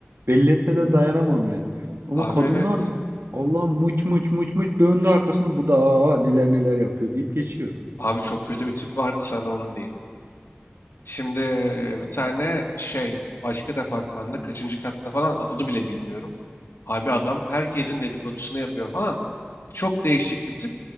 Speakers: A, on the right; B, on the left.
A: Belli etmeden dayanamam yani. Ama
B: Abi
A: kadınlar
B: evet.
A: Allah muç muç muç muç döndü arkasını bu da aa, neler neler yapıyor deyip geçiyor.
B: Abi çok kötü bir tip vardı sana onun diyeyim. Şimdi e, bir tane şey başka departmanda kaçıncı katta falan ad- onu bile bilmiyorum. Abi adam herkesin dedikodusunu yapıyor falan. Çok değişik bir tip.